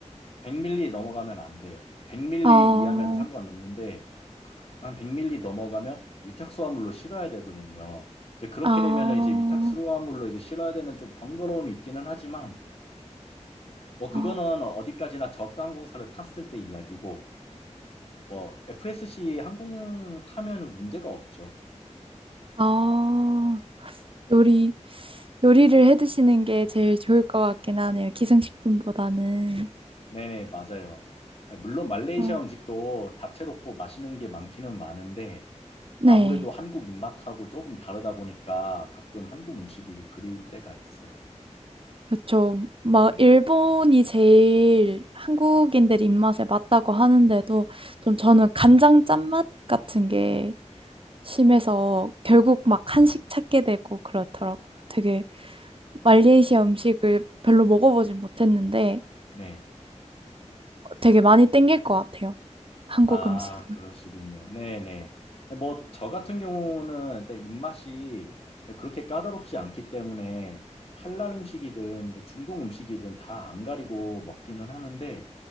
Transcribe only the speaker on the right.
아,
아,
아,
아, 요리, 요리를 해 드시는 게 제일 좋을 것 같긴 하네요. 기생식품보다는.
어,
네.
그렇죠. 막
일본이 제일 한국인들 입맛에 맞다고 하는데도 좀 저는 간장 짠맛 같은 게 심해서 결국 막 한식 찾게 되고 그렇더라고요. 되게 말레이시아 음식을 별로 먹어보진 못했는데
되게 많이 땡길 것 같아요. 한국
음식이.